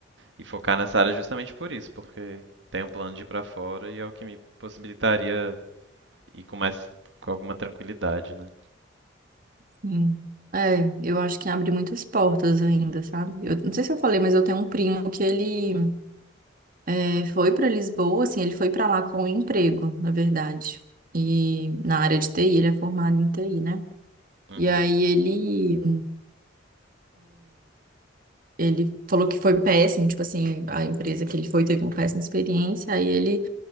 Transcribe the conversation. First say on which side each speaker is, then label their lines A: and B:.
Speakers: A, on the right; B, on the right.
A: e focar nessa área justamente por isso, porque tenho um plano de ir para fora e é o que me possibilitaria ir com mais, com alguma tranquilidade, né?
B: sim. É, eu acho que abre muitas portas ainda, sabe? Eu não sei se eu falei, mas eu tenho um primo que ele é, foi pra Lisboa, assim, ele foi pra lá com um emprego, na verdade. E na área de TI, ele é formado em TI, né?
A: Uhum,
B: E aí ele ele falou que foi péssimo, tipo assim, a empresa que ele foi teve uma péssima experiência, aí ele